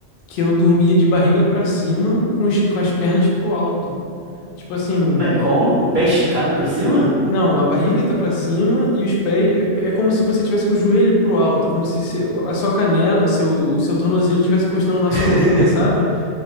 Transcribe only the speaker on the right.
Mas como? O pé esticado pra cima?
<laughs>